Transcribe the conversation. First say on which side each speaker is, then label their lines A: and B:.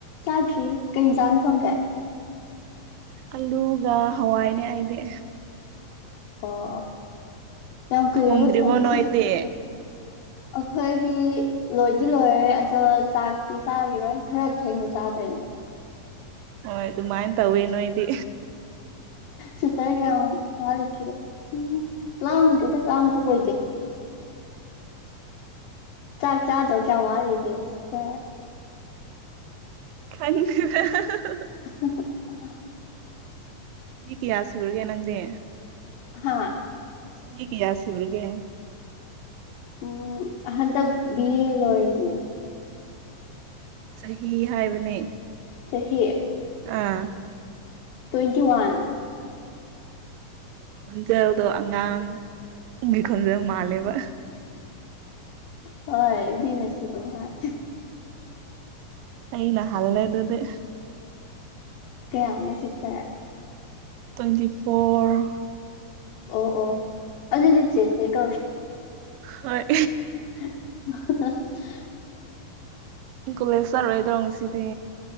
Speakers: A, on the left; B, on the right.
A: ꯆꯥꯗ꯭ꯔꯤ ꯀꯩ ꯌꯦꯟꯁꯥꯡ ꯊꯣꯡꯒꯦ
B: ꯑꯜꯂꯨꯒ ꯍꯋꯥꯏꯅꯦ ꯑꯩꯗꯤ
A: ꯑ ꯑ ꯌꯥꯝ ꯀꯨꯏꯔꯔꯕ
B: ꯊꯣꯡꯗ꯭ꯔꯤꯕꯣ
A: ꯊꯣꯡꯕ
B: ꯅꯣꯏꯗꯤ
A: ꯑꯩꯈꯣꯏꯒꯤ ꯂꯣꯏꯗꯤ ꯂꯣꯏꯔꯦ ꯑꯗꯣ ꯆꯥꯛꯇꯤ ꯆꯥꯈꯤꯔꯣꯏ ꯈꯔ ꯊꯦꯡꯅ ꯆꯥꯗꯣꯏꯅꯦ
B: ꯍ ꯑꯗꯨ ꯑꯗꯨ ꯃꯥꯥꯏ ꯇꯧꯦꯅꯣ ꯏꯗꯤ
A: ꯁꯨꯁꯔꯤ ꯌꯥ ꯋꯥꯖꯤ ꯎꯝ ꯂꯥꯡꯗꯦꯗ ꯂꯥꯡꯕ ꯑꯣꯏꯗꯦ ꯆꯥ ꯆꯥꯗꯧ ꯀꯌꯥꯃꯨ ꯋꯥꯔꯤꯒ ꯇ
B: ꯈꯪꯗ
A: <unintelligible>
B: ꯁꯤ ꯀꯌꯥꯁꯨ ꯑꯣꯏꯔꯒꯦ ꯅꯪꯗꯦ
A: ꯍꯥꯥ
B: ꯆꯍꯤꯍꯤ ꯀ ꯌꯥ ꯁꯔꯒꯦ
A: ꯎꯝ ꯑꯍꯥꯟꯗ ꯑ ꯂꯔꯤꯅꯦ
B: ꯆꯍꯤ ꯍꯥꯏꯕꯅꯦ
A: ꯆꯍꯤꯌꯦ
B: ꯑꯥ
A: ꯇ꯭ꯋꯦꯟꯇꯤ ꯋꯥꯟ
B: ꯈꯣꯟꯖꯦꯜꯗꯣ ꯑꯉꯥꯡꯒꯤ ꯈꯣꯟꯖꯦꯜ ꯃꯥꯜꯂꯦꯕ
A: ꯍꯣꯏ ꯃꯁꯇ ꯇꯍꯔ
B: ꯑꯩ ꯅ ꯍꯜꯦ ꯑꯗꯨꯗꯤꯦ
A: ꯀꯌꯥꯅꯁꯁꯇꯔ
B: ꯇ꯭ꯋꯦꯟꯇꯤ ꯐꯣꯔ
A: ꯑꯣ ꯑꯣ ꯑꯗꯨꯗꯤꯠ ꯆꯦ ꯆꯦ ꯀꯧ
B: ꯍꯣꯏ
A: <unintelligible>
B: ꯏ ꯀꯂꯦꯁꯔ ꯑꯣꯏꯗ ꯉꯁꯤꯗꯤ